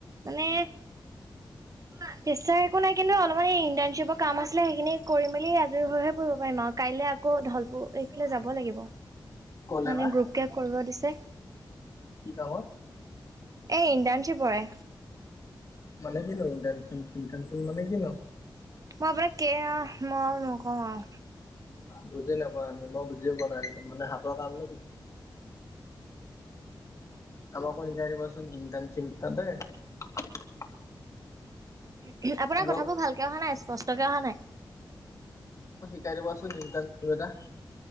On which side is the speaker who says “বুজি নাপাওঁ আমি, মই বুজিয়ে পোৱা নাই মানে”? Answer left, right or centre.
Left